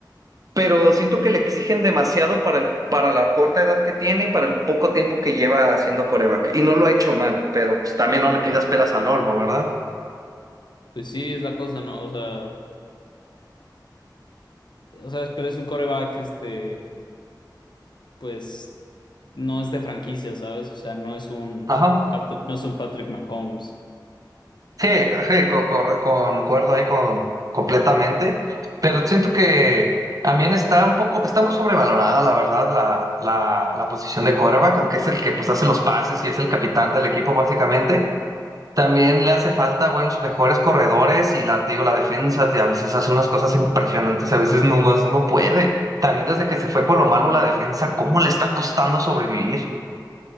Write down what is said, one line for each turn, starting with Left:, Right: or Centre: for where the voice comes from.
Right: Pero siento que le exigen demasiado para el, para la corta edad que tiene y para el poco tiempo que lleva haciendo coreback. Y no lo ha hecho mal, pero pues, también no le pidas peras al olmo, ¿verdad?
Left: Pues sí, es la cosa, ¿no? O sea, o sea, pero es un quarterback, este. pues no es de franquicia, ¿sabes? O sea, no es un
Right: Ajá.
Left: Patr- no es un Patrick Mahomes.
Right: Sí, sí, co- corre- concuerdo ahí con completamente, pero siento que también está un poco, está muy sobrevalorada, la verdad, la, la, la posición de quarterback, aunque es el que pues hace los pases y es el capitán del equipo básicamente. También le hace falta buenos, mejores corredores y la, te digo, la defensa, te- a veces hace unas cosas impresionantes y a veces nomás no puede. También desde que se fue por lo malo la defensa, ¿cómo le está costando sobrevivir?